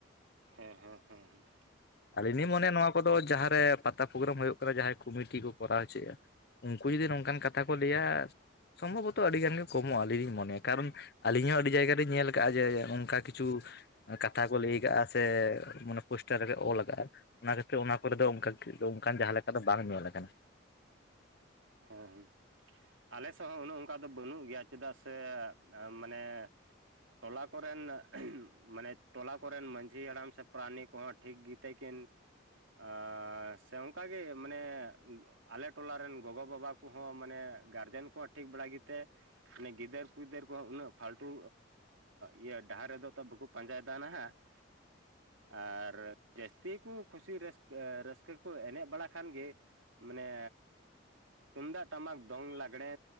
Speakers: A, on the right; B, on the left.
A: ᱦᱮᱸ ᱦᱮᱸ ᱦᱮᱸ ᱮ
B: ᱟᱹᱞᱤᱧ ᱞᱤᱧ ᱢᱚᱱᱮᱭᱟ ᱱᱚᱣᱟ ᱠᱚᱫᱚ ᱡᱟᱦᱟᱸ ᱨᱮ ᱯᱟᱛᱟ ᱯᱨᱳᱜᱨᱟᱢ ᱦᱩᱭᱩᱜ ᱠᱟᱱᱟ ᱡᱟᱦᱟᱸᱭ ᱠᱚᱢᱤᱴᱤ ᱠᱚ ᱠᱚᱨᱟᱣ ᱦᱚᱪᱚᱭᱮᱫᱼᱟ᱾ ᱩᱱᱠᱩ ᱡᱩᱫᱤ ᱱᱚᱝᱠᱟᱱ ᱠᱟᱛᱷᱟ ᱠᱚ ᱞᱟᱹᱭᱟ ᱥᱚᱢᱵᱷᱚᱵᱚᱛᱚ ᱟᱹᱰᱤ ᱜᱟᱱ ᱜᱮ ᱠᱚᱢᱚᱜᱼᱟ ᱟᱹᱞᱤᱧ ᱞᱤᱧ ᱢᱚᱱᱮᱭᱟ᱾ ᱠᱟᱨᱚᱱ ᱟᱹᱞᱤᱧ ᱦᱚᱸ ᱟᱹᱰᱤ ᱡᱟᱭᱜᱟ ᱞᱤᱧ ᱧᱮᱞ ᱟᱠᱟᱫᱼᱟ ᱡᱮ ᱚᱱᱠᱟ ᱠᱤᱪᱷᱩ ᱠᱟᱛᱷᱟ ᱠᱚ ᱞᱟᱹᱭ ᱟᱠᱟᱜᱼᱟ ᱥᱮ ᱚᱱᱟ ᱯᱳᱥᱴᱟᱨ ᱨᱮᱠᱚ ᱚᱞ ᱟᱠᱟᱜ-ᱟ᱾ ᱚᱱᱟ ᱠᱷᱟᱹᱛᱤᱨ ᱚᱱᱟ ᱠᱚᱨᱮ ᱫᱚ ᱚᱱᱠᱟ ᱚᱱᱠᱟᱱ ᱡᱟᱦᱟᱸ ᱞᱮᱠᱟ ᱫᱚ ᱵᱟᱝ ᱧᱮᱞ ᱟᱠᱟᱱᱟ᱾
A: ᱦᱮᱸ ᱟᱞᱮ ᱥᱮᱫ ᱦᱚᱸ ᱚᱱᱮ ᱚᱱᱠᱟ ᱫᱚ ᱵᱟᱹᱱᱩᱜ ᱜᱮᱭᱟ ᱪᱮᱫᱟᱜ ᱥᱮ ᱢᱟᱱᱮ ᱴᱚᱞᱟ ᱠᱚᱨᱮᱱ ᱢᱟᱱᱮ ᱴᱚᱞᱟ ᱠᱚᱨᱮᱱ ᱢᱟᱡᱷᱤ ᱦᱟᱲᱟᱢ ᱥᱮ ᱯᱨᱟᱱᱤ ᱠᱚᱦᱚᱸ ᱴᱷᱤᱠ ᱛᱮᱠᱤᱱ ᱟ ᱥᱮ ᱚᱱᱠᱟ ᱜᱮ ᱢᱟᱱᱮ ᱟᱞᱮ ᱴᱚᱞᱟ ᱨᱮᱱ ᱜᱚᱜᱚ ᱵᱟᱵᱟ ᱠᱚᱦᱚᱸ ᱢᱟᱱᱮ ᱜᱟᱨᱡᱮᱱ ᱠᱚᱦᱚᱸ ᱴᱷᱤᱠ ᱵᱟᱲᱟ ᱜᱮᱛᱮ ᱮ ᱜᱤᱫᱟᱹᱨ ᱯᱤᱫᱟᱹᱨ ᱠᱚᱦᱚᱸ ᱩᱱᱟᱹᱜ ᱯᱷᱟᱞᱴᱩ ᱤᱭᱟᱹ ᱰᱟᱦᱟᱨ ᱨᱮᱫᱚ ᱛᱚ ᱵᱟᱠᱚ ᱯᱟᱸᱡᱟᱭᱮᱫᱟ ᱱᱟᱦᱟᱸᱜ᱾ <unintelligible> ᱟᱨ ᱡᱟᱹᱥᱛᱤ ᱠᱚ ᱠᱩᱥᱤ ᱨᱟᱹᱥᱠᱟᱹ, ᱨᱟᱹᱥᱠᱟᱹ ᱠᱚ ᱮᱱᱮᱡ ᱵᱟᱲᱟ ᱠᱷᱟᱱ ᱜᱮ ᱢᱟᱱᱮ ᱛᱩᱢᱫᱟᱜ ᱴᱟᱢᱟᱠ ᱫᱚᱝ ᱞᱟᱜᱽᱲᱮ